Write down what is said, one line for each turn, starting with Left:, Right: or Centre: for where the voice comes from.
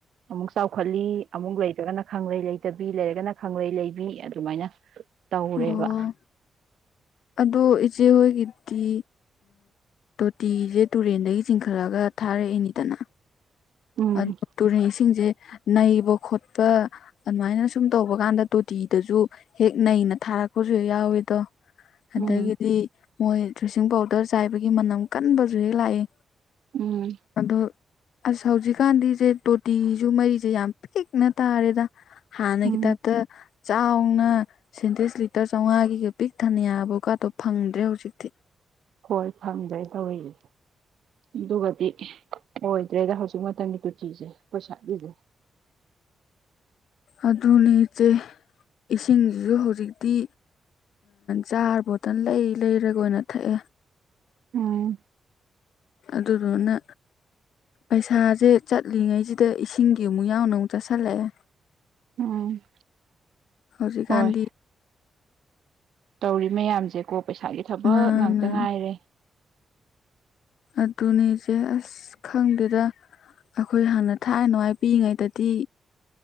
Right: ꯑꯃꯨꯛ ꯆꯥꯎꯈꯠꯂꯤ ꯑꯃꯨꯛ ꯂꯩꯇ꯭ꯔꯒꯅ ꯈꯪꯂꯩ ꯂꯩꯇꯕꯤ ꯂꯩꯔꯒꯅ ꯈꯪꯂꯩ ꯂꯩꯕꯤ ꯑꯗꯨꯃꯥꯏꯅ ꯇꯧꯔꯦꯕ
Left: ꯑꯣ ꯑꯗꯣ ꯏꯆꯦꯍꯣꯏꯒꯤꯗꯤ ꯇꯣꯇꯤꯁꯦ ꯇꯨꯔꯦꯟꯗꯒꯤ ꯆꯤꯡꯈꯠꯂꯒ ꯊꯥꯔꯛꯏꯅꯤꯗꯅ
Right: ꯎꯝ
Left: ꯑꯗꯨ ꯇꯨꯔꯦꯟꯁꯤꯡꯁꯦ ꯅꯩꯕ ꯈꯣꯠꯄ ꯑꯗꯨꯃꯥꯏꯅ ꯁꯨꯝ ꯇꯧꯕ ꯀꯥꯟꯗ ꯇꯣꯇꯤꯗꯁꯨ ꯍꯦꯛ ꯅꯩꯅ ꯊꯥꯔꯛꯄꯁꯨ ꯍꯦꯛ ꯌꯥꯎꯋꯤꯗꯣ ꯑꯗꯒꯤꯗꯤ
Right: ꯎꯝ
Left: ꯃꯣꯏ ꯗ꯭ꯔꯤꯁꯤꯡ ꯄꯥꯎꯗꯔ ꯆꯥꯏꯕꯒꯤ ꯃꯅꯝ ꯀꯟꯕꯁꯨ ꯍꯦꯛ ꯂꯥꯛꯏ
Right: ꯎꯝ
Left: ꯑꯗꯣ ꯑꯁ ꯍꯧꯖꯤꯛꯀꯥꯟꯗꯤꯁꯦ ꯇꯣꯇꯤꯁꯨ ꯃꯔꯤꯁꯦ ꯌꯥꯝ ꯄꯤꯛꯅ ꯇꯥꯔꯦꯗ ꯍꯥ ꯅꯒꯤ
Right: ꯎꯝ
Left: ꯇꯥꯢꯞꯇ ꯆꯥꯎꯅ ꯁꯦꯟꯇꯤꯁ ꯂꯤꯇꯔ ꯆꯥꯝꯃꯉꯥꯒꯤꯒ ꯄꯤꯛ ꯊꯅꯌꯥꯕꯀꯥꯗꯣ ꯐꯪꯗ꯭ꯔꯦ ꯍꯧꯖꯤꯛꯇꯤ
Right: ꯍꯣꯏ ꯐꯡꯗꯦ ꯇꯧꯋꯤꯅꯤ ꯑꯗꯨꯒꯗꯤ ꯑꯣꯏꯗ꯭ꯔꯦꯗ ꯍꯧꯖꯤꯛ ꯃꯇꯝꯒꯤ ꯇꯨꯇꯤꯁꯦ ꯑꯩꯈꯣꯢ ꯁ꯭ꯋꯥꯢꯗꯗꯤ
Left: ꯑꯗꯨꯅꯤ ꯏꯆꯦ ꯏꯁꯤꯡꯁꯤꯁꯨ ꯍꯧꯖꯤꯛꯇꯤ ꯖꯥꯔ ꯕꯣꯇꯜ ꯂꯩ ꯂꯩꯔꯒ ꯑꯣꯏꯅ ꯊꯛꯑꯦ
Right: ꯎꯝ
Left: ꯑꯗꯨꯗꯨꯅ ꯄꯩꯁꯥꯁꯦ ꯆꯠꯂꯤꯉꯩꯁꯤꯗ ꯏꯁꯤꯡꯒꯤ ꯑꯃꯨꯛ ꯌꯥꯎꯅ ꯑꯃꯨꯛ ꯆꯠꯁꯜꯂꯛꯑꯦ
Right: ꯎꯝ
Left: ꯍꯧꯖꯤꯛꯀꯥꯟꯗꯤ
Right: ꯍꯣꯏ ꯇꯧꯔꯤ ꯃꯌꯥꯝꯁꯦ ꯀꯣ ꯄꯩꯁꯥꯒꯤ ꯊꯕꯛ
Left: ꯃꯥꯅ
Right: ꯉꯥꯛꯇ ꯉꯥꯏꯔꯦ
Left: ꯑꯗꯨꯅꯤꯁꯦ ꯑꯁ ꯈꯪꯗꯦꯗ ꯑꯩꯈꯣꯏ ꯍꯥꯟꯅ ꯊꯥꯏꯅꯅꯨꯡꯉꯥꯏ ꯄꯤꯏꯉꯩꯗꯗꯤ